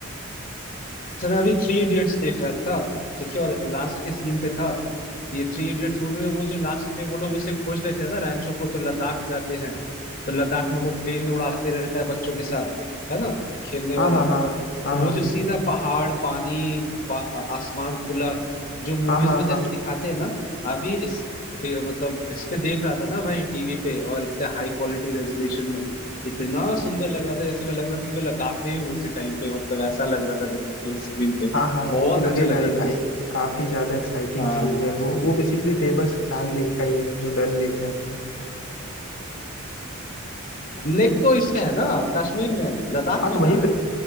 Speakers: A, on the left (about 45°); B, on the left (about 65°).
A: अच्छा मैं अभी थ्री इडियट्स देख रहा था ठीक है और लास्ट के सीन पे था ये थ्री इडियट्स मूवी में वो जो लास्ट में वो लोग उसे खोज लेते हैं ना रैंचो को तो लद्दाख जाते हैं तो लद्दाख में वो प्लेन उड़ाते रहता है बच्चों के साथ है ना खेलने
B: हाँ
A: वाला
B: हाँ हाँ हाँ
A: तो
B: हाँ
A: वो जो सीन है पहाड़ पानी पा, आसमान खुला जो मूवीज
B: हाँ हाँ
A: में
B: हाँ
A: जैसे दिखाते हैं ना अभी इस पे, मतलब इस पे देख रहा था ना भाई टीवी पे और इतने हाई क्वालिटी रेजोल्यूशन में इतना सुंदर लग रहा था जैसे मैं लग रहा था कि मैं लद्दाख में ही हूँ उसी टाइम पे मतलब ऐसा लग रहा था देख के स्क्रीन पे
B: हाँ हाँ
A: बहुत
B: वो तो लगेगा
A: अच्छा लग
B: ही
A: रहा
B: भाई
A: था उस
B: काफी ज्यादा एक्साइटिंग
A: हाँ
B: सीन है वो वो बेसिकली फेमस डल लेक का ही है जो डल लेक है अपना
A: लेक तो इसमें है ना कश्मीर में है लद्दाख
B: हाँ
A: में
B: तो वहीं
A: कहाँ
B: पे
A: है वो